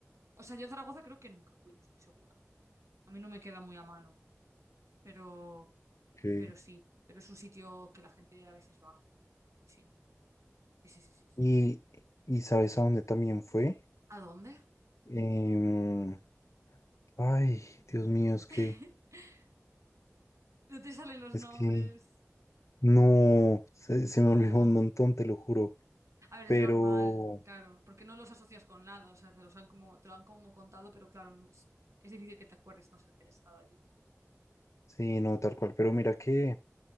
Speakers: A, on the right; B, on the left.
A: o sea, yo a Zaragoza creo que nunca fui, no estoy segura. A mí no me queda muy a mano, pero,
B: Ok.
A: pero sí, pero es un sitio que la gente a veces va. Sí, sí, sí, sí, sí, sí. sí.
B: Y, y ¿sabes a dónde también fue?
A: ¿A dónde?
B: Em, ay, Dios mío, es que,
A: <laughs> No te salen los
B: es
A: nombres.
B: que, no, se, se me
A: Jo.
B: olvidó un montón, te lo juro.
A: A ver,
B: Pero,
A: es normal, claro, porque no los asocias con nada, o sea, te los han como, te lo han como contado, pero claro, no- es, es difícil que te acuerdes, a no sé que hayas estado allí.
B: sí, no, tal cual. Pero mira que,